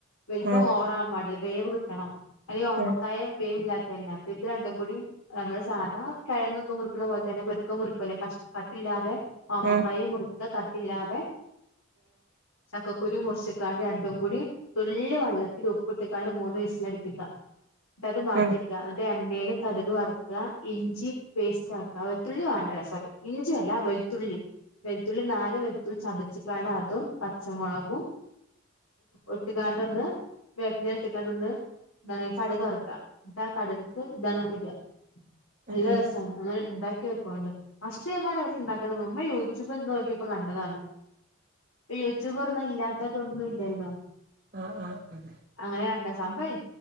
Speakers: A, on the left (about 80°); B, on the right (about 40°).
A: വലുപ്പം
B: ഉം
A: ഓവറാവാൻ പാടില്ല വേവ് കിട്ടണം അല്ലേ ഓമക്കായ
B: ഉം
A: വേവില്ലാ അ അപ്പ ഇത് രണ്ടും കൂടി നമ്മള് സാധാ കിഴങ്ങ് ഒക്കെ മുറിക്കുന്ന പോലെ തന്നെരു ക്കം മുറു വെക്കുലേ കഷ് കട്ടില്ലാതെ ആമക്കായ
B: ഉം
A: മുറി ഒക്കെ കട്ടില്ലാതെ ചക്കക്കുരു മുറിച്ചിക്കാണ്ട് രണ്ടും കൂടി തുള്ളി വെള്ളത്തി ഉപ്പിട്ടക്കാണ്ട് മൂന്ന് വിസ്സില് അടുപ്പിക്ക എന്നിട്ട് അത് മാറ്റി
B: ഉം
A: വെക്ക എന്നിട്ട് എ എണ്ണേൽ കടുക് വർക്കുക ഇഞ്ചി പേസ്റ്റ് ആക്കുക വെളുത്തുള്ളി വാണ്ട രസ ഇഞ്ചിയല്ല വെളുത്തുള്ളി വെളുത്തുള്ളി നാല് വെളുത്തുള്ളി ചതച്ചിക്കാണ്ട് അതും പച്ചമുളകും ഇട്ടുകാണ്ട് ഒന്ന് വേപ്പനൽ ഇട്ടിക്കാണ്ട് ഒന്ന് ഇങ്ങനെ കടക് വർക്ക എന്നട്ട് ആ കടുക്ക്ക് ഇതാണ് ഇടുക നല്ല
B: ഉം ഉം
A: രസാണ് ഒന്ന് ഇണ്ടാ ക്ക്യേ ക്കോണ്ടു ഫസ്റ്റ് ടൈം ആണ് ഇവിടെ ഉണ്ടാക്കണത് അമ്മ യൂട്യൂബിൽ നിന്ന് നോക്കിയപ്പോ കണ്ടതാണ് യൂട്യൂബ് തുറന്നാ ഇല്ലാത്തതായിട്ട് ഒന്നു എന്താ
B: ആഹ് ആഹ് ആ
A: അങ്ങനെ കണ്ട സംഭവം